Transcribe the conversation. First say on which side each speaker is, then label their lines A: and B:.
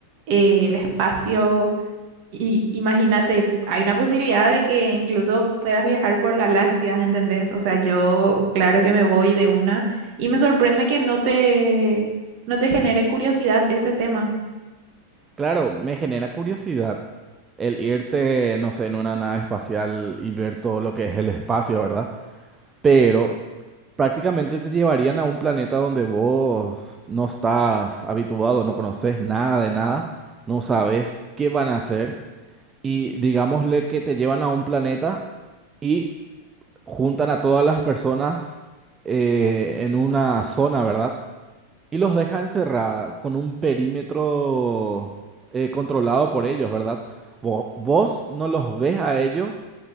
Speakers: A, on the right; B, on the right.
A: eh, el espacio. Y imagínate, hay una posibilidad de que incluso puedas viajar por galaxias, ¿entendés? O sea, yo claro que me voy de una y me sorprende que no te, no te genere curiosidad ese tema.
B: Claro, me genera curiosidad el irte, no sé, en una nave espacial y ver todo lo que es el espacio, ¿verdad? Pero Prácticamente te llevarían a un planeta donde vos no estás habituado, no conoces nada de nada, no sabes qué van a hacer y digámosle que te llevan a un planeta y juntan a todas las personas eh, en una zona, ¿verdad? Y los dejan encerrada con un perímetro eh, controlado por ellos, ¿verdad? Vo- vos no los ves a ellos,